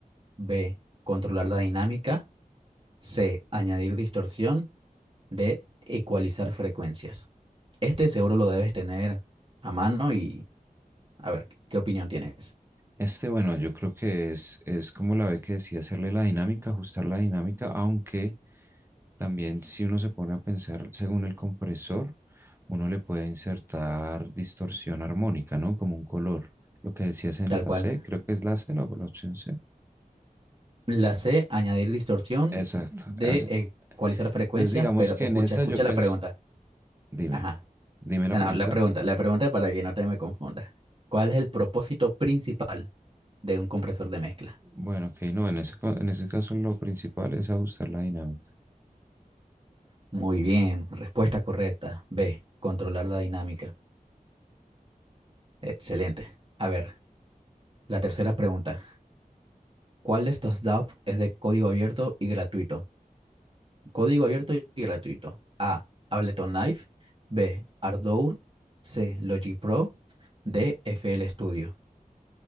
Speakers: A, on the right; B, on the right.
A: B. Controlar la dinámica. C. Añadir distorsión. D. Ecualizar frecuencias. Este seguro lo debes tener a mano y a ver qué opinión tienes.
B: Este, bueno, yo creo que es, es como la ve que decía, hacerle la dinámica, ajustar la dinámica, aunque también si uno se pone a pensar según el compresor, uno le puede insertar distorsión armónica, ¿no? Como un color. Lo que decías en
A: Tal
B: la
A: cual.
B: C, creo que es la C, la, la opción C.
A: La C, añadir distorsión
B: Exacto.
A: de
B: Ah, ya.
A: ecualizar frecuencias,
B: Entonces, digamos
A: pero
B: que
A: escucha,
B: en esa
A: escucha
B: yo
A: la
B: pensé,
A: pregunta.
B: dime,
A: Ajá.
B: dime
A: No,
B: la pregunta.
A: no, la pregunta, la pregunta para que no te me confundas. ¿Cuál es el propósito principal de un compresor de mezcla?
B: Bueno, ok, no, en ese, co- en ese caso lo principal es ajustar la dinámica.
A: Muy bien, respuesta correcta. B, controlar la dinámica. Excelente. A ver, la tercera pregunta. ¿Cuál de estos DAW es de código abierto y gratuito? Código abierto y gratuito. A. Ableton Live. B. Ardour. C. Logic Pro. D. FL Studio.